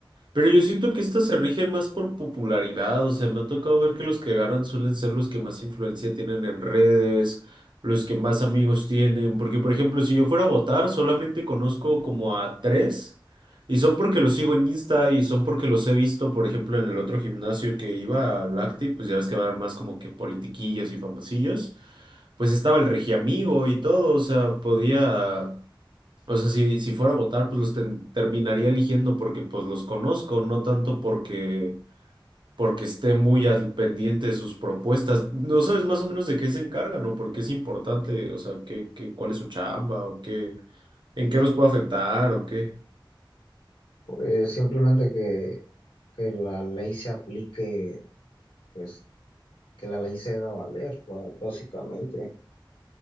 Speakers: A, on the right (about 65°); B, on the left (about 85°).
A: Pero yo siento que estas se rigen más por popularidad, o sea, me ha tocado ver que los que agarran suelen ser los que más influencia tienen en redes, los que más amigos tienen, porque por ejemplo, si yo fuera a votar, solamente conozco como a tres, y son porque los sigo en Insta y son porque los he visto, por ejemplo, en el otro gimnasio que iba, al Acti, pues ya ves que van más como que politiquillos y famosillos, pues estaba el Regiamigo y todo, o sea, podía... O sea, si, si fuera a votar, pues los ten- terminaría eligiendo porque pues los conozco, no tanto porque, porque esté muy al pendiente de sus propuestas. ¿No sabes más o menos de qué se encargan o por qué es importante? O sea, ¿qué, qué, cuál es su chamba o qué, en qué los puede afectar o qué?
B: Pues simplemente que, que la ley se aplique, pues que la ley se haga valer, ba- básicamente.